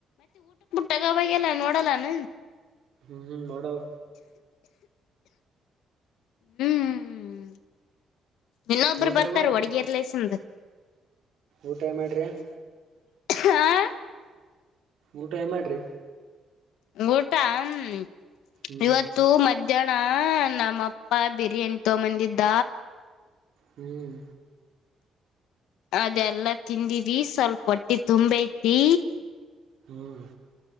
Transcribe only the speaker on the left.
ತಗ ಬಾಗ ಎಲ್ಲ ನೋಡಲ್ಲಾನ
ಹ್ಮ್ ಇನ್ನೊಬ್ರು
ಬರ್ತಾರ
ಹಡ್ಗಿರ್ಲಸನ್
ಹ
ಊಟ ಹ್ಮ
ಇವತ್ತು ಮಧ್ಯ ಇದಣ ನಮ್ಮಪ್ಪ ಬಿರಿಯಾನಿ ತಗಂಬಂದಿದ್ದ
ಅದೆಲ್ಲ ತಿಂದೀವಿ ಸ್ವಲ್ಪ ಹೊಟ್ಟಿ ತುಂಬಐತಿ